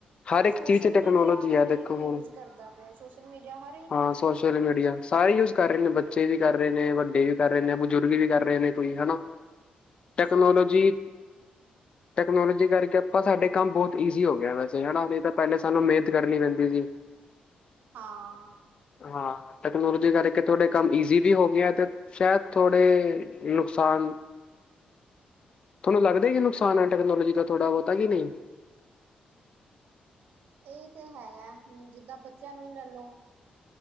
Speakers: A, on the left; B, on the right.
A: ਹਰ ਇੱਕ
B: ਸੋਸ਼ਲ
A: ਚੀਜ਼ ਚ ਟੈਕਨੋਲੋਜੀ
B: ਮੀਡੀਆ
A: ਹੈ
B: ਹਰੇਕ
A: ਦੇਖੋ ਹੁਣ,
B: ਯੂਜ ਕਰਦਾ ਪਿਆ ਸੋਸ਼ਲ ਮੀਡੀਆ ਹਰ ਇਕ
A: ਹਾਂ
B: ਯੂਜ
A: ਸੋਸ਼ਲ
B: ਕਰਦਾ ਪਿਆ।
A: ਮੀਡੀਆ ਸਾਰੇ ਹੀ ਯੂਜ ਕਰ ਰਹੇ ਨੇ ਬੱਚੇ ਵੀ ਕਰ ਰਹੇ ਨੇ ਵੱਡੇ ਵੀ ਕਰ ਰਹੇ ਨੇ ਬਜ਼ੁਰਗ ਵੀ ਕਰ ਰਹੇ ਨੇ ਕੋਈ ਹਨਾ। ਟੈਕਨੋਲੋਜੀ,
B: ਸਹੀ ਕਿਹਾ
A: ਟੈਕਨੋਲੋਜੀ ਕਰਕੇ ਆਪਾ ਸਾਡੇ ਕੰਮ ਬਹੁਤ ਈਜ਼ੀ ਹੋ ਗਿਆ ਵੈਸੇ ਹਨਾ ਨਹੀ ਤਾਂ ਪਹਿਲੇ ਸਾਨੂੰ ਮਿਹਨਤ ਕਰਨੀ ਪੈਂਦੀ ਸੀ।
B: ਹਾਂ।
A: ਹਾਂ ਟੈਕਨੋਲੋਜੀ ਕਰਕੇ ਥੋਡੇ ਕੰਮ ਈਜ਼ੀ ਵੀ ਹੋ ਗਏ ਆ ਤੇ, ਸ਼ਾਇਦ ਥੋੜੇ ਨੁਕਸਾਨ, ਥੋਨੂੰ ਲੱਗਦਾ ਜ ਨੁਕਸਾਨ ਹੈ ਟੈਕਨੋਲਜੀ ਦਾ ਥੋੜ੍ਹਾ ਬਹੁਤਾ ਕਿ ਨਹੀਂ,
B: ਇਹ ਤੇ ਹੈਗਾ ਹੂੰ ਜਿੱਦਾਂ ਬੱਚਿਆਂ ਨੂੰ ਹੀ ਲੈਲੋ।